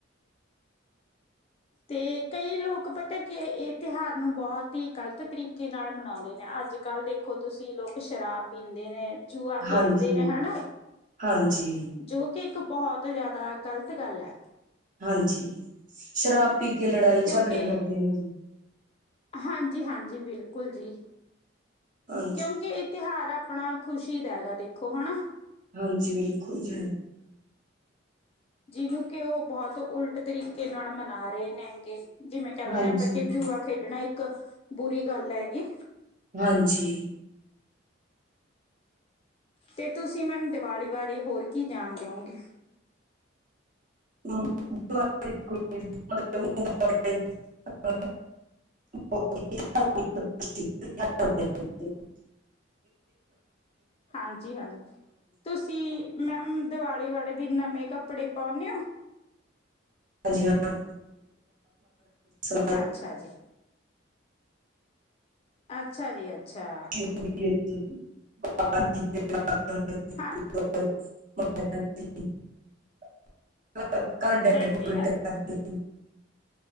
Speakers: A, on the left; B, on the right.
A: ਤੇ ਕਈ ਲੋਕ ਪਤਾ ਕਿ ਇਹ ਤਿਉਹਾਰ ਨੂੰ ਬਹੁਤ ਹੀ ਗ਼ਲਤ ਤਰੀਕੇ ਨਾਲ ਮਨਾਉਂਦੇ ਨੇ, ਅੱਜ- ਕੱਲ੍ਹ ਦੇ ਦੇਖੋ, ਤੁਸੀਂ ਲੋਕ ਸ਼ਰਾਬ ਪੀਂਦੇ ਨੇ, ਜੂਆ ਖੇਡਦੇ
B: ਹਾਂਜੀ
A: ਨੇ ਹੈਨਾ
B: ਹਾਂਜੀ
A: ਜੋ ਕਿ, ਇੱਕ ਬਹੁਤ ਜ਼ਿਆਦਾ ਗ਼ਲਤ ਗੱਲ ਹੈ।
B: ਹਾਂਜੀ, ਸ਼ਰਾਬ ਪੀ ਕੇ, ਲੜਾਈ ਝਗੜੇ
A: ਕਿਉਂਕਿ
B: ਕਰਦੇ ਨੇ ਜੀ
A: ਹਾਂਜੀ -ਹਾਂਜੀ, ਬਿਲਕੁਲ ਜੀ,
B: ਹਾਂਜੀ
A: ਕਿਉਂਕਿ ਤਿਉਹਾਰ ਆਪਣਾ, ਖੁਸ਼ੀ ਦਾ ਹੈਗਾ, ਦੇਖੋ ਹਨਾ
B: ਹਾਂਜੀ, ਬਿਲਕੁਲ ਜੀ
A: ਜਿਹਨੂੰ ਕਿ, ਉਹ ਬਹੁਤ ਉਲਟ ਤਰੀਕੇ ਨਾਲ, ਮਨਾ ਰਹੇ ਨੇ ਗੇ ਜਿਵੇਂ ਕਹਿ ਦਿੰਦੇ,
B: ਹਾਂਜੀ
A: ਆਪਾਂ ਕਿ, ਜੂਆ ਖੇਡਣਾ ਇੱਕ ਬੁਰੀ ਗੱਲ ਹੈਗੀ
B: ਹਾਂਜੀ
A: ਤੇ ਤੁਸੀਂ ਮੈਮ, ਦੀਵਾਲੀ ਬਾਰੇ ਹੋਰ ਕੀ ਜਾਣਦੇ ਹੋ ਗੇ?
B: <inaudible> <inaudible>
A: ਹਾਂਜੀ -ਹਾਂਜੀ, ਤੁਸੀਂ ਮੈਮ ਦੀਵਾਲੀ ਵਾਲੇ ਦਿਨ, ਨਵੇਂ ਕੱਪੜੇ ਪਾਉਨੇ ਹੋ?
B: ਹਾਂਜੀ ਹਾਂ <inaudible>
A: ਅੱਛਾ -ਜੀ। ਅੱਛਾ- ਜੀ, ਅੱਛਾ
B: <inaudible>
A: ਹੱ
B: <unintelligible> <inaudible> ਘਰ ਡੈਕੋਰੇਟ
A: ਹਾਂਜੀ ਹਾਂਜੀ
B: ਕਰਦੇ